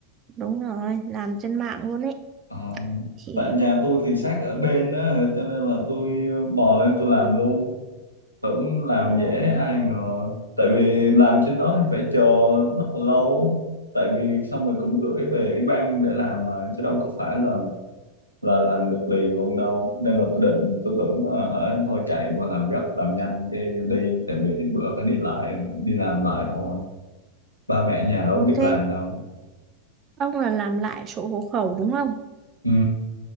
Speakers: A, on the right (about 30°); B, on the right (about 85°).
A: đúng rồi làm trên mạng luôn ấy
B: Ờ,
A: thì
B: tại nhà tôi thì sát ở bên á cho nên là tôi mò lên tôi làm luôn tưởng làm
A: uh,
B: dễ ai ngờ tại vì làm trên đó thì phải chờ rất là lâu tại vì xong rồi cũng gửi về ủy ban để làm mà chứ đâu có phải là là làm được liền luôn đâu nên là tôi định tôi tưởng ờ, hả, thôi chạy qua làm gấp làm nhanh cái đi tại vì ít bữa phải đi lại đi làm lại rồi ba mẹ nhà đâu
A: ok
B: biết làm đâu
A: ông là làm lại sổ hộ khẩu đúng không
B: ừ